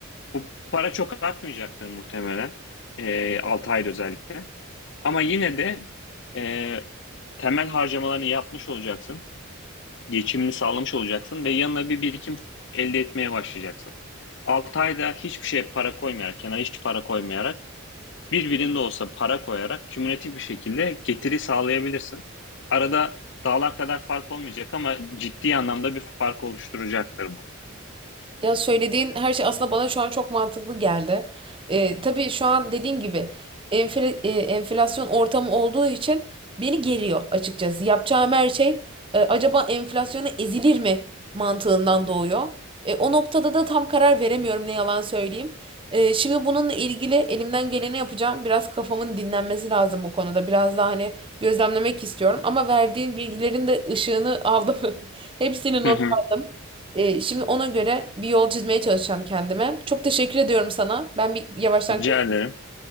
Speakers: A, on the left; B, on the right.
A: Bu para çok artmayacaktır muhtemelen. E, 6 ayda özellikle. Ama yine de e, temel harcamalarını yapmış olacaksın geçimini sağlamış olacaksın ve yanına bir birikim elde etmeye başlayacaksın. 6 ayda hiçbir şeye para koymayarak, kenara hiç para koymayarak, birbirinde olsa para koyarak kümülatif bir şekilde getiri sağlayabilirsin. Arada dağlar kadar fark olmayacak ama ciddi anlamda bir fark oluşturacaktır bu.
B: Ya söylediğin her şey aslında bana şu an çok mantıklı geldi. Ee, tabii şu an dediğim gibi enfle- e, enflasyon ortamı olduğu için beni geriyor açıkçası. Yapacağım her şey e, acaba enflasyona ezilir mi mantığından doğuyor. E, o noktada da tam karar veremiyorum ne yalan söyleyeyim. E, şimdi bununla ilgili elimden geleni yapacağım. Biraz kafamın dinlenmesi lazım bu konuda. Biraz daha hani gözlemlemek istiyorum. Ama verdiğin bilgilerin de ışığını aldım. <laughs> Hepsini
A: <laughs>
B: not
A: Hı hı.
B: aldım. Ee, şimdi ona göre bir yol çizmeye çalışacağım kendime. Çok teşekkür ediyorum sana. Ben bir yavaştan
A: Rica
B: kaçıyorum.
A: ederim.